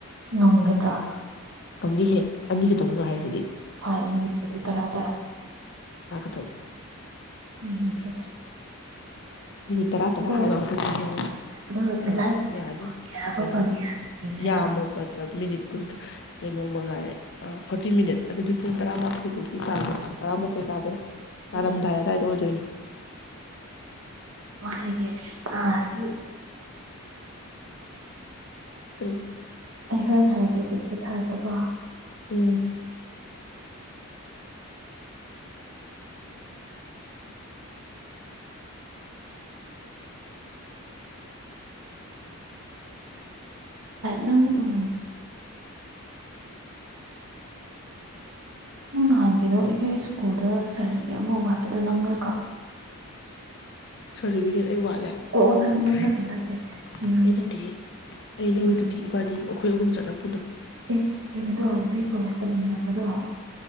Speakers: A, on the right; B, on the left.
A: ꯉꯣꯡꯒꯗ꯭ꯔꯥ
B: ꯃꯝꯅꯤꯍꯦ ꯑꯅꯤꯒ ꯇꯧꯔꯒ ꯍꯥꯏꯁꯤꯗꯤ
A: ꯐꯣꯏ ꯃꯤꯅꯤꯠꯗꯤ ꯇꯔꯥ ꯇꯔꯥ
B: ꯇ
A: <inaudible>
B: ꯃꯤꯅꯤꯠ ꯇꯔꯥ
A: ꯑꯗꯨꯒ
B: ꯇꯔꯥ ꯍꯥꯏꯔꯣ ꯑꯗꯨꯗꯤ ꯌꯦꯡꯉ
A: ꯑꯗꯨꯒ
B: ꯑꯥ
A: ꯖꯨꯂꯥꯏ
B: ꯌꯥꯅꯤ
A: ꯐꯣꯡꯕ
B: ꯀꯩꯅꯣꯅꯤ
A: ꯐꯪꯉꯦ ꯍꯥꯏꯕ ꯌꯦꯡꯁꯤꯔꯣ
B: ꯌꯥꯝꯃꯕꯗ ꯃꯤꯅꯤꯠ ꯀꯨꯟꯊ ꯀꯩꯅꯣꯝꯃꯒꯥꯏꯔꯦ ꯐꯣꯔꯇꯤ ꯃꯤꯅꯤꯠ ꯑꯗꯨꯗꯤ ꯄꯨꯡ ꯇꯔꯥꯃꯥꯊꯣꯏ ꯐꯥꯎꯗꯤ ꯇꯥ ꯇꯔꯥꯃꯥꯊꯣꯏ ꯇꯥꯗꯣꯔꯦ ꯇꯥꯔꯝꯗꯥꯏ
A: ꯑꯦ
B: ꯑꯗꯨꯋꯥꯏꯗ ꯑꯣꯏꯗꯣꯏꯅꯦ
A: ꯍꯥꯏ ꯑ ꯁꯤ
B: ꯀꯩ
A: ꯑꯩ ꯍꯣꯔꯦꯟ ꯍꯥꯏꯔꯛꯀꯦꯗꯤꯦ ꯁꯤ ꯊꯔꯛꯀꯦꯀꯣ
B: ꯎꯝ
A: ꯅꯪ ꯑꯣ ꯅꯪ ꯅꯍꯥꯟ ꯀꯩꯅꯣ ꯑꯩꯈꯣꯏ ꯁ꯭ꯀꯨꯜꯗ ꯁꯥꯏꯔꯤ ꯀ ꯑꯃ ꯋꯥꯠꯄꯗꯣ ꯅꯪ ꯅꯠꯇ꯭ꯔꯣ
B: ꯁꯔꯇꯤꯐꯤꯀꯦꯠ ꯑꯩ ꯋꯥꯠ ꯑꯩꯩꯅꯗꯤ
A: ꯑꯣ ꯅꯪ ꯅꯪ ꯅꯠꯇꯦ ꯅꯠꯇꯦ ꯅꯤꯔꯨꯅꯦ
B: ꯑꯩ ꯂꯧꯔꯤꯗꯨꯗꯤ
A: ꯅꯤꯔꯨꯅꯦ
B: ꯏꯕꯥꯅꯤ ꯑꯩꯈꯣꯏ ꯑꯍꯨꯝ ꯆꯠꯂꯛ
A: ꯑꯦ ꯏꯅ ꯑꯗꯨꯣ ꯑꯗꯥꯏ ꯀꯣꯂꯦ ꯇꯃꯤꯟꯅꯕꯗꯣ